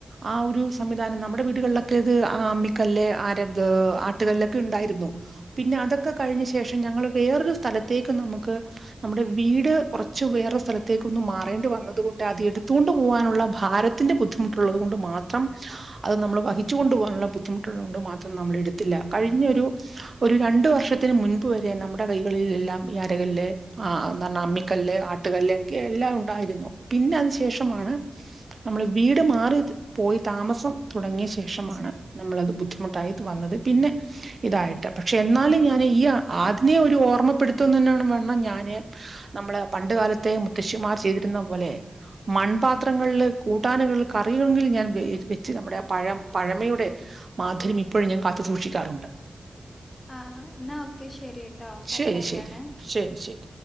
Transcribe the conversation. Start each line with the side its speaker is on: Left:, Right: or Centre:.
Right: ആ ഒരു സംവിധാനം നമ്മുടെ വീടുകളിലൊക്കെ ഇത് ആ അമ്മിക്കല്ലല് ആര ആട്ടുകല്ലൊക്കെ ഉണ്ടായിരുന്നു പിന്നെ അതൊക്കെ കഴിഞ്ഞ
Left: ആഹ്
Right: ശേഷം ഞങ്ങൾ വേറൊരു സ്ഥലത്തേക്കും നമുക്ക് നമ്മുടെ വീട് കുറച്ച് വേറ സ്ഥല ത്തേൊ മാറേണ്ടി വന്നതുക കൊണ്ട് അത് എടുത്തുകൊണ്ട് പോകാനുള്ള ഭാരത്തിന്റെ ബുദ്ധിമുട്ടുള്ളത് കൊണ്ട് മാത്രം അത് നമ്മൾ വഹിച്ചു കൊണ്ടു പോകാനുള്ള ബുദ്ധിമുട്ടുകള കൊണ്ട് മാത്രം നമ്മൾ എടുത്തില്ല കഴിഞ്ഞ ഒരു ഒരു രണ്ട വർഷം വർക്ഷത്തിന് മുൻപ് വരെ നമ്മുടെ കൈകളിൽ എല്ലാം ഈ അരകല്ല് ആ എന്ത പറഞ്ഞൽ അമ്മിക്കല്ല് ആട്ടുകല്ല് എല്ലാം ഉണ്ടായിരുന്നു പിന്നെ അതിനന് ശേഷമാണ് നമ്മൾ വീട് മാറി പോയി താമസം തുടങ്ങിയ ശേഷമാണ് നമ്മളത് ബുദ്ധിമുട്ടായി വന്നത് പിന്നെ ഇതായിട്ട് പക്ഷെ എന്നാലും ഞാൻ ഈ ആതിനെ ഒരു ഓർമ്മപ്പെടുത്ത തന്നെയാണ് എണം ഞാന് നമ്മള് പണ്ട കാലത്തെ മുത്തശ്ശിമാർ ചെയ്തിരുന്ന പോലെ മൺപാത്രങ്ങളില് കൂട്ടാനകിൽ കറിയുമെങ്കിൽ ഞാൻ വെച്ച് നമ്മുടെ ആ പഴം പഴമയുടെ മാധുരിം ഇപ്പോഴും ഞാൻ കാത്തു സൂക്ഷിക്കാറുണ്ട്
Left: ആഹ് എന്നാ ക്കെ ശെരി കേട്ടോ കട്ടായി
Right: ശരി ശരി
Left: ആാണ്
Right: ശരി ശരി